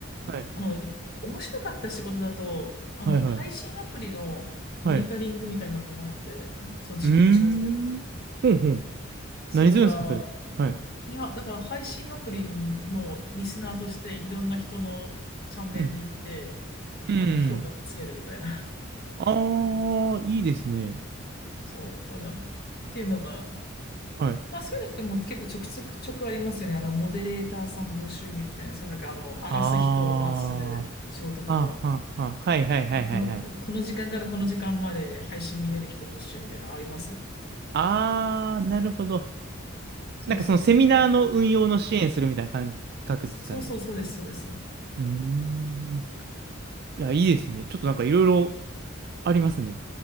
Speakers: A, on the right; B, on the left.
A: ざいます。
B: あの面白かった仕事だと、あの、
A: はい。はいはい。
B: 配信アプリのモニタリングみたいなのもあって、
A: はい。
B: そう、時給の仕事で。
A: うーん。ほんほん。
B: そう、
A: 何するんですか、
B: だから、
A: それ。はい。
B: いや、だから配信アプリのリスナーとしていろんな人のチャンネルに行って、
A: うん。うん。
B: あの、評価つけるみたいな。
A: ああ、いいですね。
B: そう、あれなんかっていうのが
A: はい。
B: まあそういうのってもう結構ちょくちょくちょくありますよね。あの、モデレーターさん募集みたいな、そのなんかあの、荒らす人をバンする仕事とか、
A: ああ、はあ、はあ、はあ。はいはいはいはいはい。
B: この、この時間からこの時間まで配信見れる人募集みたいなのあります
A: ああ、なるほど。
B: そうそうそうそう。
A: なんかそのセミナーの運用の支援するみたいな感覚ですかね。
B: そうそうそうです、そうです。
A: うーん。いや、いいですね。ちょっとなんかいろいろありますね。